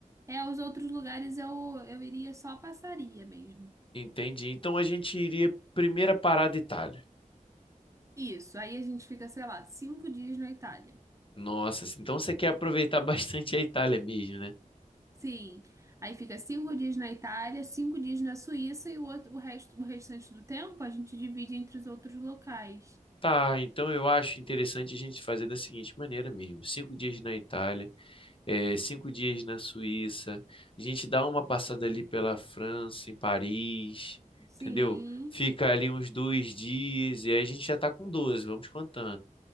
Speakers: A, on the right; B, on the left.
A: É, os outros lugares eu, eu iria só passaria mesmo.
B: Entendi. Então a gente iria primeira parada Itália.
A: Isso, aí a gente fica, sei lá, cinco dias na Itália.
B: Nossa, assim, então você quer aproveitar <laughs> bastante a Itália mesmo, né?
A: Sim, aí fica cinco dias na Itália, cinco dias na Suíça e o outro, o resto, o restante do tempo a gente divide entre os outros locais.
B: Tá, então eu acho interessante a gente fazer da seguinte maneira mesmo: cinco dias na Itália. é, cinco dias na Suíça. A gente dá uma passada ali pela França, em Paris,
A: Sim,
B: entendeu? Fica ali uns dois dias e aí a gente já tá com 12. vamos contando.